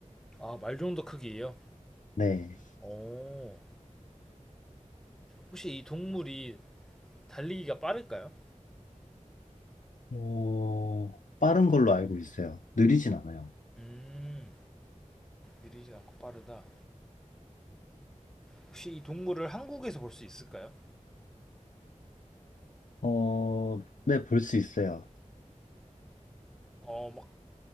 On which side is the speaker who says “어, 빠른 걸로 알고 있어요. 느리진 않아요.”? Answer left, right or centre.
Left